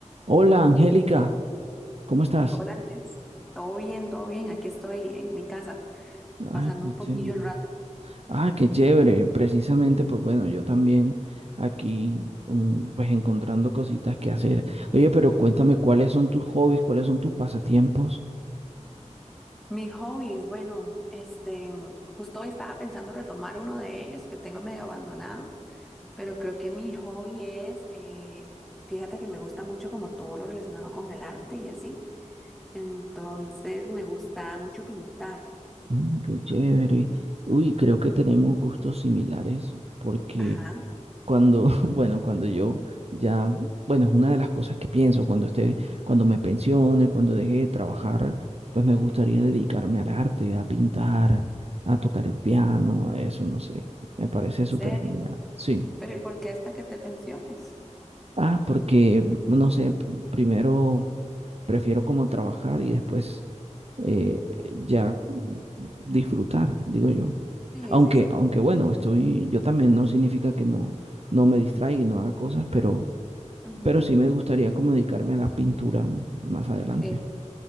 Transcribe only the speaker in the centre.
Hola Andrés, todo bien, todo bien. Aquí estoy en mi casa, pasando
un
poquillo el rato.
Mis hobbies, bueno, este, justo hoy estaba pensando retomar uno de ellos que tengo medio abandonado, pero creo que mi hobby es, eh, fíjate que me gusta mucho como todo lo relacionado con el arte y así. Entonces me gusta mucho pintar.
Ajá,
en
serio.
Pero ¿y por qué hasta que te pensiones?
Sí,
sí, sí.
Ujú,
sí.